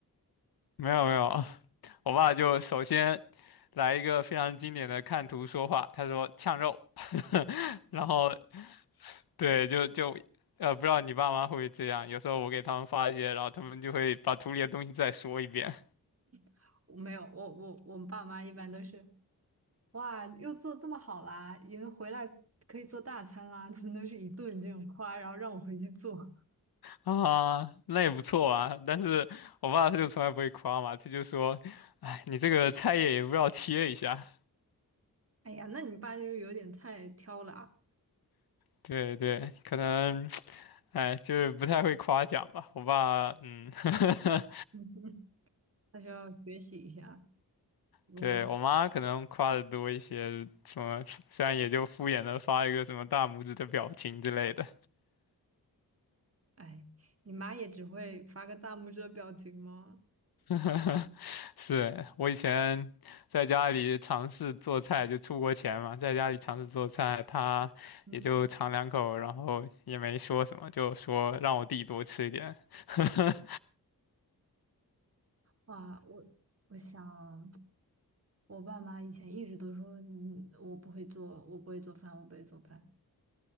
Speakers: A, on the left; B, on the right.
A: 没有没有，我爸就首先来一个非常经典的看图说话，他说呛肉，<laughs> 然后对，就就呃，不知道你爸妈会不会这样？有时候我给他们发一些，然后他们就会把图里的东西再说一遍
B: <laughs> 我没有，我我我们爸妈一般都是，哇，又做这么好啦，因为回来可以做大餐啦，<laughs> 他们都是一顿这种夸，然后让我回去做。<laughs>
A: 啊，那也不错啊。但是我爸他就从来不会夸嘛，他就说，哎，你这个菜叶也不知道切一下。
B: 哎呀，那你爸就是有点太挑了啊
A: 对对，可能，哎，就是不太会夸奖吧。我爸，嗯，<laughs>
B: 嗯，他需要学习一下如何。
A: 对，我妈可能夸的多一些，什么，虽然也就敷衍的发一个什么大拇指的表情之类的。
B: 哎，你妈也只会发个大拇指的表情吗？
A: <laughs> 是我以前在家里尝试做菜，就出国前嘛，在家里尝试做菜，他也就尝两口，
B: 嗯，
A: 然后也没说什么，就说让我弟多吃一点。<laughs>
B: 哇，我我想。我爸妈以前一直都说，嗯，我不会做，我不会做饭，我不会做饭。